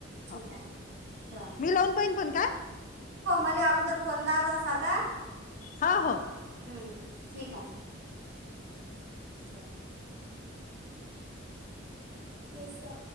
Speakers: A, on the right; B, on the left.
A: ठीक
B: हो.
A: आहे ठेवा
B: मी लावून पाईन पण का?
A: हॅलो, आगोदर फोन लाव जा साधा हू.
B: हा हो
A: ठीक हाय. चहा. पैसा.